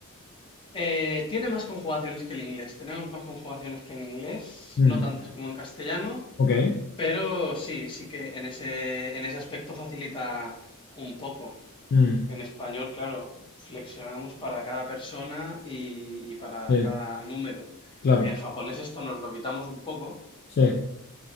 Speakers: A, on the left; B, on the left.
A: Eh, tiene más conjugaciones que el inglés. Tenemos más conjugaciones que en inglés,
B: Mm,
A: no tantas como en castellano,
B: ok.
A: pero sí, sí que en ese, en ese aspecto facilita un poco.
B: Mm,
A: En español, claro, flexionamos para cada persona y, y para
B: sí,
A: cada número.
B: claro.
A: En japonés esto nos lo quitamos un poco.
B: Sí.